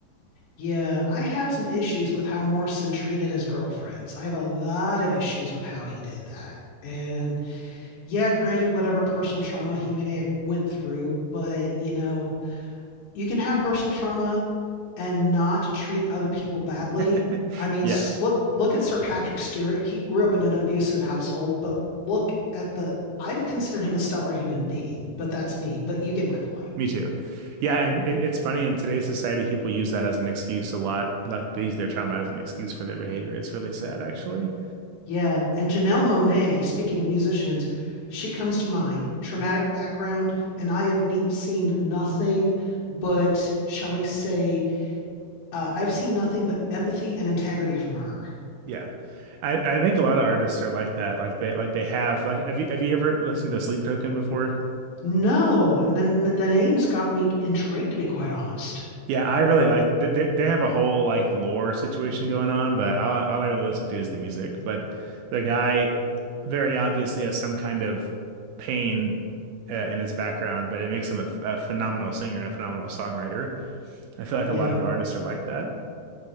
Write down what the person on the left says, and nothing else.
Yeah, I have some issues with how Morrison treated his girlfriends. I have a lot of issues with how he did that. And yeah, granted, whatever personal trauma he may have went through, but you know, you can have personal trauma and not treat other people badly.
I mean,
look look at Sir Patrick Stewart. He grew up in an abusive household, but look at the I would consider him a stellar human being, but that's me. But you get my point.
Yeah, and Janelle Monae. speaking of musicians, she comes to mind. Traumatic background, and I have ne seen nothing but, shall we say, Uh, I've seen nothing but empathy and integrity from her.
No, and then the names got me intrigued, to be quite honest.
Yeah,